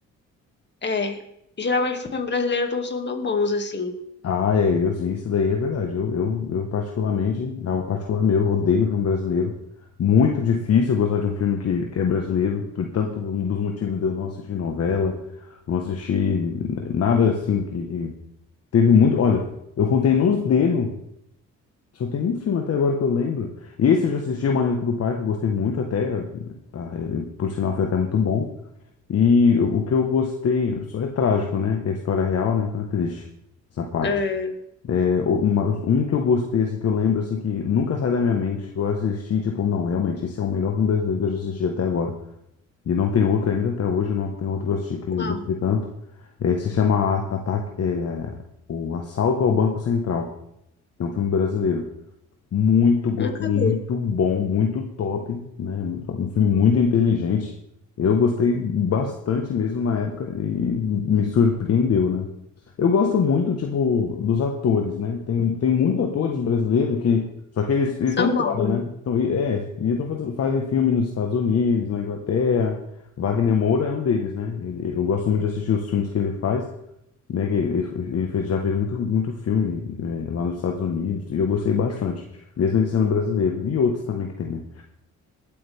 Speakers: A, on the left; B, on the left.
A: É. Geralmente filmes brasileiros não são tão bons assim.
B: Ah, é, eu- isso daí é verdade. Eu, eu, eu particularmente, é algo particular meu, eu odeio filme brasileiro. Muito difícil eu gostar de um filme que, que é brasileiro, por tanto um dos motivos de eu não assistir novela, não assistir nada assim que que teve muito. Olha, eu contei nos dedos, só tem um filme até agora que eu lembro. Esse eu já assisti, O Maníaco do Parque, eu gostei muito até, tá, ele, por sinal foi até muito bom. E o o que eu gostei, só é trágico, né? Que é a história real, né? Então é triste essa parte.
A: É.
B: Uma- Um que eu gostei, assim, que eu lembro, assim, que nunca sai da minha mente, que eu assisti, tipo, não, realmente, esse é o melhor filme brasileiro que eu já assisti até agora. E não tem outro ainda, até hoje, não tem outro que eu assisti que
A: Qual?
B: eu gostei tanto. É, se chama A- Ataque, é, O Assalto ao Banco Central. É um filme brasileiro. Muito, go-
A: Nunca
B: muito
A: vi.
B: bom, muito top, né? Um filme muito inteligente. Eu gostei bastante mesmo na época e me surpreendeu, né? Eu gosto muito, tipo, dos atores, né? Tem, tem muitos atores brasileiros que. Só que eles eles
A: São
B: estão
A: bons.
B: fora,
A: né?
B: né? Então, e- é, e então faz- fazem filme nos Estados Unidos, na Inglaterra. Wagner Moura é um deles, né? Ele- eu gosto muito de assistir os filmes que ele faz né? que Ele, ele fez- já fez muito, muito filme, é, lá nos Estados Unidos e eu gostei bastante, mesmo ele sendo brasileiro. E outros também que tem, né?